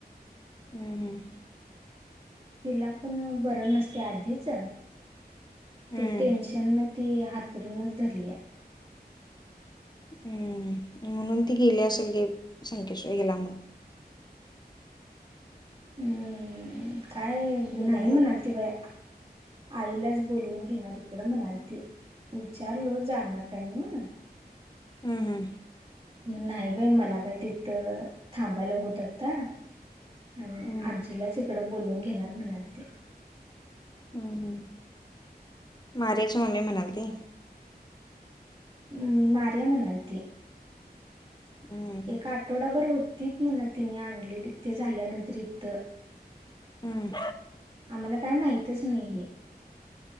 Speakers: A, on the left; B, on the right.
A: हम्म हम्म.
B: तिला पण बरं नसते आधीच ते
A: हम्म
B: टेन्शन न ती हाथरूनच धरलीया
A: हम्म हम्म म्हणून ती गेली असेल गे संखेश्वरीला म
B: हम्म काय
A: हम्म
B: नाही म्हणाली ती बया आईलाच बोलवून घेणार इकडं म्हणाली होती विचारलो जाणार काय म्हणून
A: हं हं
B: नाही बई मला काय तिथं थांबायला होत आत्ता आणि
A: हम्म
B: आजीलाच इकडं बोलवून घेणार म्हणालती
A: हम्म हम्म मग आर्याची मम्मी म्हणालती
B: अं मार्या म्हणालती
A: हम्म
B: एका आठवडाभर होतीत म्हण त्यांनी आणलेलीत ते झाल्यानंतर इथं
A: हम्म.
B: आम्हाला काय माहितच नाही हे